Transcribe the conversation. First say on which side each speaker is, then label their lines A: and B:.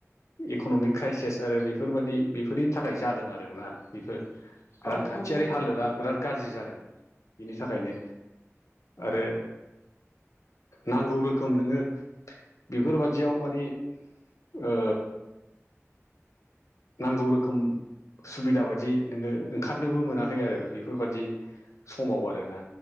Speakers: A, on the left (about 80°); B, on the left (about 35°).
A: इक'न'मिक क्राइसेस आरो बेफोरबादि बेफोरनि थाखाय जादों आरो ना बेफोर। रांखान्थियारि
B: औ औ नंगौ
A: हालोदा बिराद गारजि जादों बेनि थाखायनो आरो नांगौ रो खोम नोङो बेफोरबादियाव माने ओ नांगौ रोखोम सुबिदा बायदि नोङो ओंखारनोबो मोनाखै आरो बेफोर बादि समाव आरो ना।